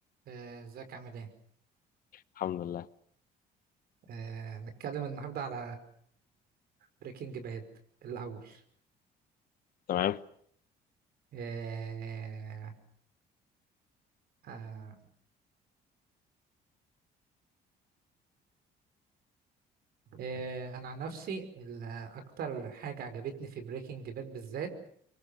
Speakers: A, on the right (about 65°); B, on the left (about 60°).
A: آه، ازيك عامل ايه؟
B: الحمد لله
A: آه، نتكلم النهارده على بريكنج باد الأول
B: تمام
A: آه، آه، آه، أنا عن نفسي ال- أكتر حاجة عجبتني في بريكنج باد بالذات